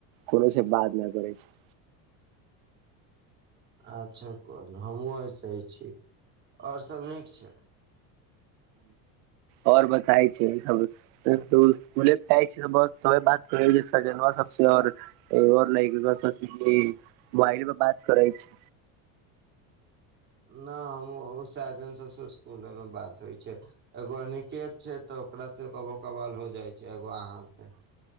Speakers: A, on the right; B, on the right.
A: कोनो से बात न करे छै
B: अच्छा कोनो हमहुँ एहि सही छी आओर सभ नीक छै
A: आओर बताय छै सब स्कुले पे आय छै बस तोे बात करै छियै सजनवा सबस आऔर मोबाइले पर बात करै छी
B: न हम साजन सबसे स्कुले मे बात होइ छै एगो अनिकेत छै तऽ ओकरास से कबोकबाल हो जाइ छै एगो अहाँ से